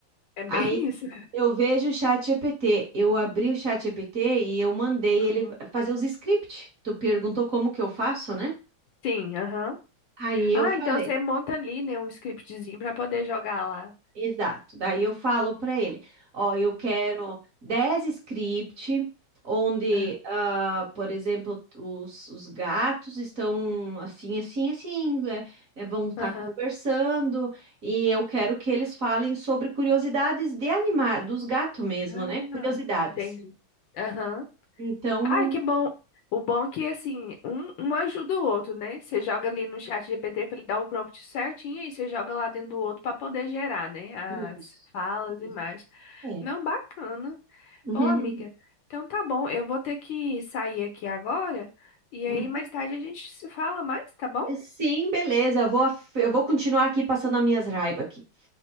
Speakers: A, on the left; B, on the right.
A: É bem
B: Aí
A: isso.
B: eu vejo o chat GPT, eu abri o chat GPT e eu mandei
A: Uhum.
B: ele fazer os scripts. Tu perguntou como que eu faço, né?
A: Sim, aham.
B: Aí
A: Ah,
B: eu falei.
A: então você monta ali, né, um scriptzinho pra poder jogar lá.
B: Exato. Daí eu falo para ele, ó, eu quero 10 script onde,
A: Aham.
B: ah, por exemplo, os, os gatos estão assim, assim, assim, é, é, vão estar
A: Aham.
B: conversando, e eu quero que eles falem sobre curiosidades de animar, dos gatos mesmo,
A: Ah,
B: né? Curiosidades.
A: entendi. Aham.
B: Então,
A: Ai, que bom. O bom é que, assim, um, um ajuda o outro, né? Você joga ali no chat GPT para ele dar o prompt certinho e você joga lá dentro do outro para poder gerar, né?
B: isso,
A: As falas
B: isso.
A: e mais.
B: É.
A: Não, bacana.
B: <laughs>
A: Ô, amiga, então tá bom. Eu vou ter que sair aqui agora e
B: Uhum.
A: aí mais tarde a gente se fala mais, tá bom?
B: Sim, beleza. Eu vou, eu vou continuar aqui passando as minhas raivas aqui.